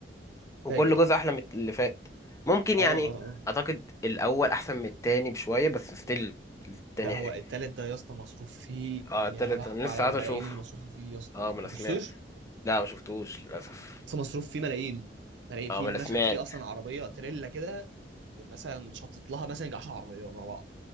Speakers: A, on the left; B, on the right.
A: وكل
B: فاجر
A: جزء احلى من اللي فات ممكن يعني
B: اه اه اه
A: اعتقد الاول احسن من التاني بشوية بس ستيل التاني
B: لا هو
A: حلو
B: التالت ده يا اسطى مصروف فيه
A: اه التالت
B: يا لهوي
A: انا لسه
B: على الملايين
A: عايز اشوفه
B: اللي مصروفه فيه يا اسطى
A: اه ما انا
B: انت
A: سمعت
B: مشفتوش
A: لا ما شفتوش للاسف
B: بس مصروف فيه ملايين ملايين
A: اه
B: في
A: ما انا
B: في مشهد
A: سمعت
B: فيه اصلا عربيه تريلا كده مثلا شطت لها مثلا يجي 10 عربيات ورا بعض